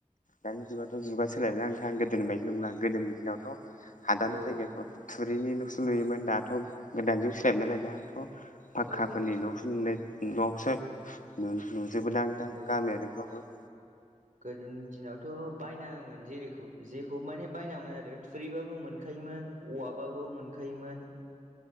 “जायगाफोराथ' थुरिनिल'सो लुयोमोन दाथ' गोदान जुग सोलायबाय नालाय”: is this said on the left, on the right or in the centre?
Left